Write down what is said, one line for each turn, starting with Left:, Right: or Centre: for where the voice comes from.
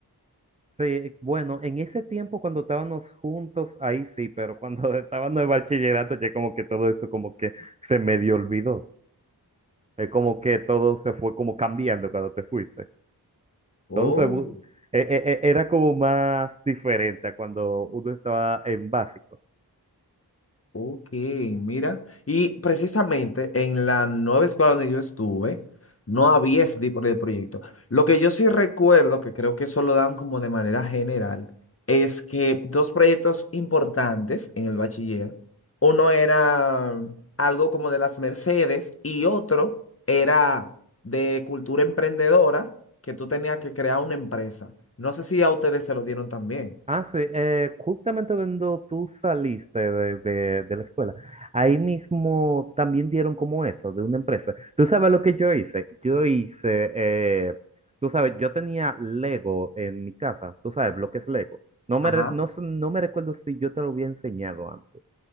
Right: Sí, bueno, en ese tiempo cuando estábamos juntos, ahí sí, pero cuando <laughs> estábamos en bachillerato ya como que todo eso como que se medio olvidó. Es como que todo se fue como cambiando cuando te fuiste.
Left: Oh.
Right: Entonces, bu- e- e- e- era como más diferente a cuando uno estaba en básico.
Left: Ok, mira. Y precisamente en la nueva escuela donde yo estuve, no había ese tipo de proyecto. Lo que yo sí recuerdo, que creo que eso lo dan como de manera general, es que dos proyectos importantes en el bachiller, uno era algo como de las Mercedes y otro era de cultura emprendedora, que tú tenías que crear una empresa. No sé si a ustedes se lo dieron también.
Right: Ah, sí, eh, justamente cuando tú saliste de, de- de la escuela, ahí mismo también dieron como eso, de una empresa. ¿Tú sabes lo que yo hice? Yo hice, eh, tú sabes, yo tenía Lego en mi casa, tú sabes, bloques Lego. No
Left: Ajá,
Right: me, re- no, sé- no me recuerdo si yo te lo había enseñado antes,